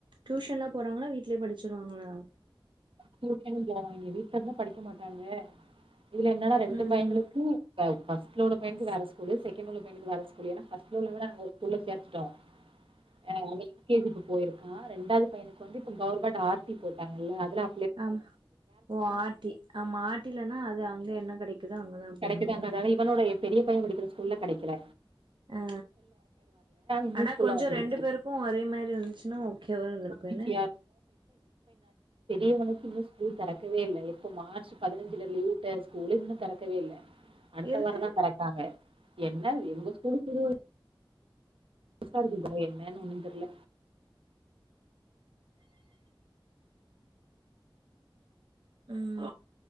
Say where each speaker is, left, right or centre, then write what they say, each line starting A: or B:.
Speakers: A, on the right; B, on the right.
A: டியூஷன்லா போறாங்களா வீட்லயே படிச்சிருவாங்களா
B: டியூஷன் போவாங்க வீட்ல இருந்தா படிக்க மாட்டாங்க இதுல என்னனா ரெண்டு
A: ம்
B: பயங்களுக்கு ஆ ஃபஸ்ட்ல உள்ள பையனுக்கு வேற ஸ்கூலு செகண்ட்ல உள்ள பையனுக்கு வேற ஸ்கூலு ஏன்னா ஃபஸ்ட்ல உள்ளவன அங்க ஒரு ஸ்கூல்ல சே த்தோ ஆ அவ எல் கே ஜி க்கு போயிருக்கா ரெண்டாவது பையனுக்கு வந்து இப்ப கவர்மெண்ட் ஆர் டி போட்டாங்கல்ல அதுல அப்
A: ஆ ஓ ஆர் டி ஆமா ஆர் டி லனா அது அங்க என்ன கெடைக்குதோ அங்கதா
B: கிடைக்குதான்றதால
A: போடணு.
B: இவனோட பெரிய பைய படிக்கிற ஸ்கூல்ல கெடைக்கல
A: ஆ
B: இன்னொரு
A: ஆனா
B: ஸ்கூல்ல
A: கொஞ்சோ
B: வந்துருச்சு
A: ரெண்டு பேருக்கு ஒரே மாரி இருந்துச்சுன்னா ஓகேவா இருந்திருக்கு
B: ஈஸியா
A: என்ன
B: ரியவனுக்கு இன்னு ஸ்கூல் தெறக்கவே இல்லை எப்ப மார்ச் பதினஞ்சுல லீவ் உட்ட ஸ்கூலு இன்னு தெறக்கவே இல்ல அடுத்த
A: எதுக்கு
B: வாரந்தா தெறப்பாங்க என்ன எங்க ஸ்கூலுக்கு லீ புதுசா இருக்குது இதல்லா என்னன்னு ஒண்ணுந் தெர்ல
A: ம்